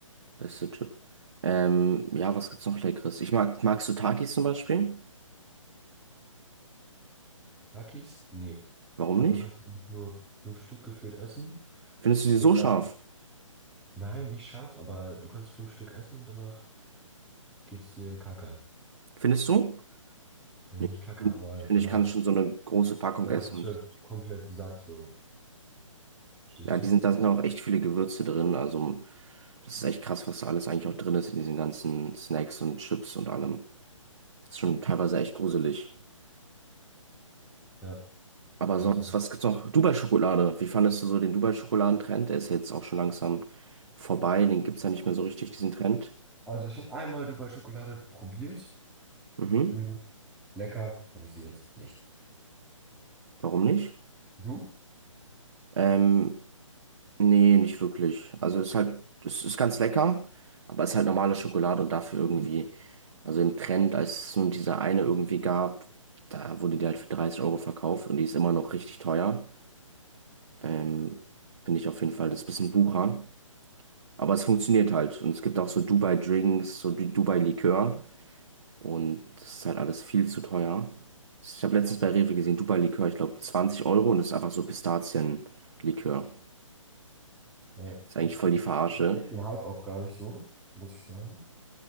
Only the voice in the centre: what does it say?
Takis? Nee.
Davon
kannst du nur fünf Stück gefühlt essen.
Und
dann, nein, nicht scharf, aber du kannst fünf Stück essen und danach geht's dir Kaka.
Nee,
nicht Kaka, aber
danach,
danach
bist
du halt komplett satt, so. Stehst
du?
Ja,
war's.
Also ich habe einmal Dubai Schokolade probiert.
Mhm. Lecker, fand ich sie jetzt nicht.
Du?
Ja.
Ich check den Hype auch gar nicht so, muss ich sagen.